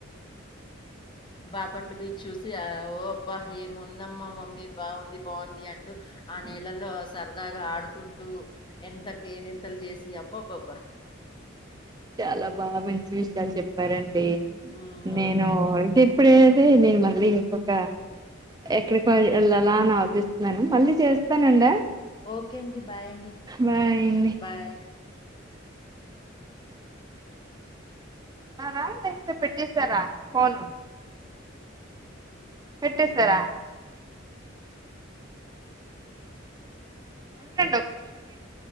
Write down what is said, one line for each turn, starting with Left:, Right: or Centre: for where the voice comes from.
Left: బాపట్ల బీచ్ చూసి ఆ ఓ అబ్బా ఏముందమ్మా మమ్మీ, బాగుంది బాగుం ది అంటూ ఆ నీలల్లో సరదాగా ఆడుకుంటూ, ఎంత కేరెంతలు చేసి అబ్బబ్ బ్బబ్బా
Right: చాలా బాగా మంచి విషయాలు చెప్పారండి,
Left: ఉమ్,
Right: నేను
Left: ఓకే అండి
Right: అయితే ఇప్పుడే తే నేను మళ్ళీ ఇంకొక ఎక్కడికి ఎల్ ఎళ్ళాలా అని ఆలోచిస్తున్నాను, మళ్ళీ చేస్తానండి.
Left: ఓకే అండి, బాయ్ అండి,
Right: బాయ్ అండి
Left: బాయ్.
Right: ఉన్నారా లేకపోతే పెట్టేస్తారా ఫోను. పెట్టేసారా? ఉండండి ఒక నిమిషం నేను